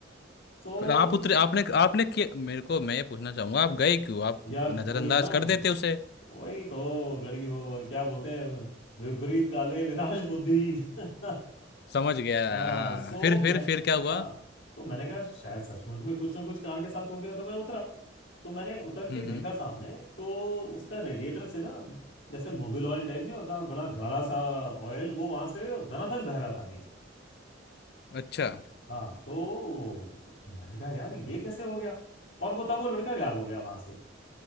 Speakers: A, on the left; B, on the left.
A: तो
B: फिर आप उतरे आपने आपने कि मेरे को मैं ये पूछना चाहूंगा आप गए क्यों आप
A: यार
B: नजरअंदाज
A: वही ना
B: कर देते उसे
A: वही तो लड़की वो क्या बोलते हैं विपरीत काले विनाश बुद्धि <laughs>
B: समझ गया
A: हाँ
B: हाँ
A: सो
B: फिर फिर
A: मैं
B: फिर क्या हुआ
A: हाँ तो मैंने कहा शायद सचमुच में कुछ ना कुछ कार के साथ हो गया तो मैं उतरा तो मैंने उतर के
B: हम्म
A: देखा
B: हम्म
A: सामने तो उसका रेडिएटर से ना जैसे मोबिल ऑयल टाइप नहीं होता बड़ा गाढ़ा सा ऑयल वो वहां से दनाथन बह रहा था नीचे
B: अच्छा
A: हाँ तो मैंने कहा यार ये कैसे हो गया और वो तब वो लड़का गायब हो गया वहां से